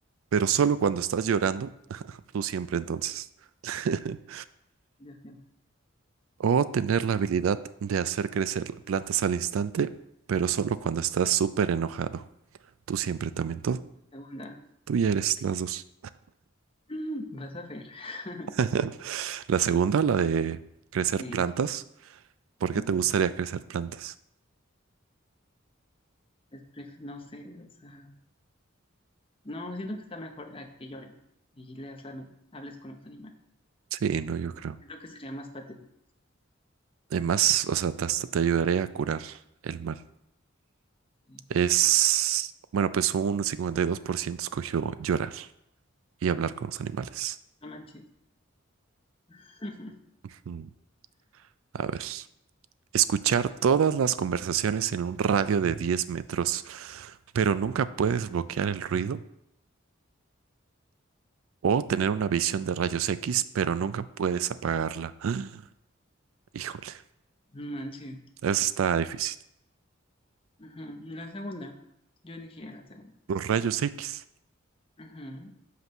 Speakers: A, on the right (about 80°); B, on the left (about 25°).
A: pero solo cuando estás llorando, <laughs> tú siempre entonces. <laughs>
B: Ya sé.
A: O tener la habilidad de hacer crecer plantas al instante, pero solo cuando estás súper enojado, tú siempre también todo.
B: La segunda.
A: Tú ya eres las dos.
B: Mm, Vas a ver. <laughs>
A: <laughs> La segunda, la de crecer
B: Sí,
A: plantas. ¿Por
B: yo
A: qué te
B: sí.
A: gustaría crecer plantas?
B: Pues, pref- no sé, o sea. No, siento que está mejor a que llores y leas la men- hables con los animales.
A: Sí, no, yo creo.
B: Siento que sería más patético.
A: Además, o sea, te- hasta te ayudaré a curar el mal.
B: Sí,
A: Es, bueno, pues un 52% escogió llorar. y hablar con los animales.
B: No manches. <laughs>
A: Mm, A ver. Escuchar todas las conversaciones en un radio de 10 metros, pero nunca puedes bloquear el ruido. O tener una visión de rayos X, pero nunca puedes apagarla. <gasps> Híjole,
B: No manches.
A: eso está difícil.
B: Ujú. La segunda. Yo elegiría la segunda.
A: Los rayos X.
B: Ujú.